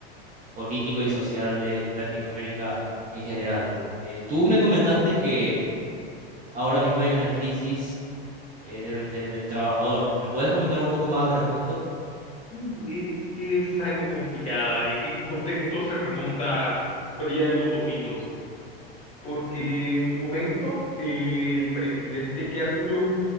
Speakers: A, on the right; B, on the left.
A: político y social de Latinoamérica en general. Eh, tú me comentaste que ahora mismo hay una crisis eh, del, del, del trabajador. ¿Me puedes comentar un poco más al respecto?
B: Y es que es algo complicada, ya que el contexto se remonta para allá de los 2002, porque en su momento eh, el presidente que asumió,